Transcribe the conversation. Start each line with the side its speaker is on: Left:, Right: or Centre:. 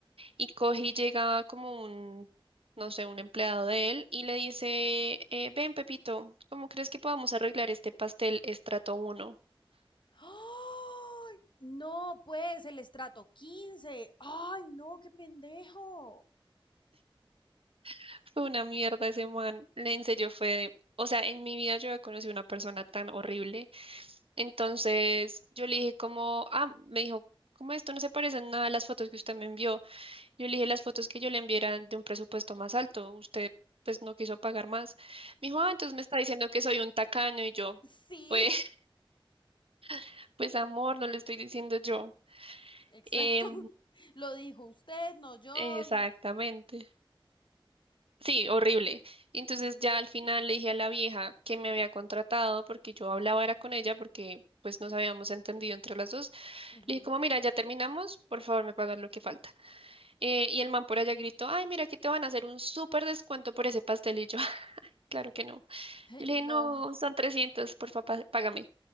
Right: y coge y llega como un, no sé, un empleado de él y le dice, eh, ven Pepito, ¿cómo crees que podamos arreglar este pastel estrato uno
Left: ¡Ay! No, pues el estrato quince. Ay, no, qué pendejo.
Right: <laughs> Fue una mierda ese man. Le- En serio fue, de- o sea, en mi vida yo he conocido una persona tan horrible. Entonces yo le dije como, ah, me dijo, ¿cómo esto no se parece en nada a las fotos que usted me envió? Yo le dije las fotos que yo le enviara de un presupuesto más alto. Usted pues no quiso pagar más. Me dijo, ah, entonces me está diciendo que soy un tacaño y yo,
Left: Sí,
Right: pues, <laughs> pues amor, no le estoy diciendo yo.
Left: <laughs> exacto.
Right: Em,
Left: Lo dijo usted, no yo.
Right: exactamente. Sí, horrible. Entonces ya al final le dije a la vieja que me había contratado porque yo hablaba era con ella porque pues nos habíamos entendido entre las dos.
Left: Ujú.
Right: Le dije como, mira, ya terminamos, por favor me pagas lo que falta. Eh, y el man por allá gritó, ay, mira, aquí te van a hacer un súper descuento por ese pastelillo. <laughs> Claro que no.
Left: <laughs>
Right: Yo le
Left: No.
Right: dije, no, son 300 por favor, págame.